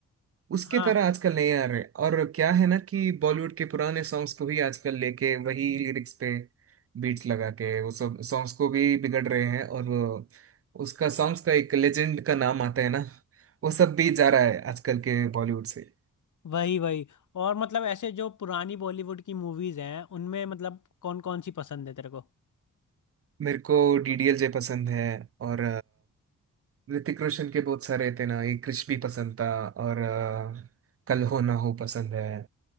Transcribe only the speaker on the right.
उसके
तरह आजकल नहीं आ रहे और क्या है ना कि बॉलीवुड के पुराने सॉन्ग्स को भी आजकल लेके वही लिरिक्स पे बीट्स लगा के वो सब सॉन्ग्स को भी बिगड़ रहे हैं और वो- उसका सॉन्ग्स का एक लेजेंड का नाम आता है ना वो सब भी जा रहा है आजकल के बॉलीवुड से
मेरे को डीडीएलजे पसंद है और ऋतिक रोशन के बहुत सारे थे ना एक क्रिश भी पसंद था और अ, कल हो ना हो पसंद है